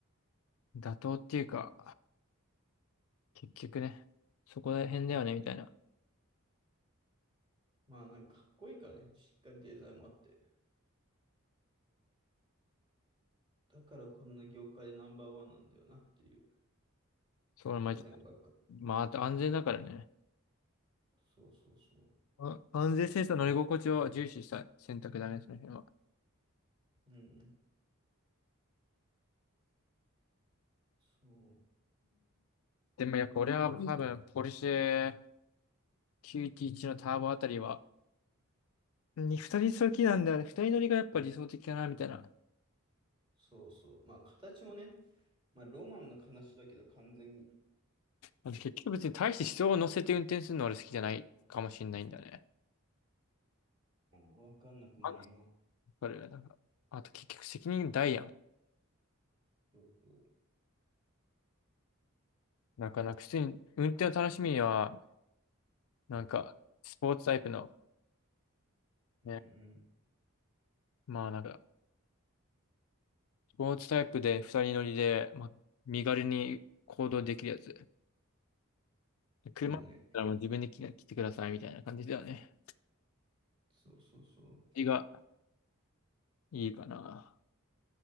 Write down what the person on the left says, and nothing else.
妥当っていうか、結局ね、そこら辺だよね、みたいな。
そう、まあ、
まあ、あと安全だからね。
あ安全性と乗り心地を重視した選択だね、その辺は。
でもやっぱ俺は多分、ポルシェ911のターボあたりは、に二人好きなんだよね。二人乗りがやっぱ理想的かな、みたいな。
あと結局別に大して人を乗せて運転するの俺好きじゃないかもしれないんだよね。
あそれなんかあと結局責任大やん。
なんか、なんか普通に運転を楽しみには、なんか、スポーツタイプの、
ね、まあなんか、スポーツタイプで二人乗りで、まあ、身軽に行動できるやつ。車だったらもう自分で来な来てくださいみたいな感じだよね。
絵がいいかな。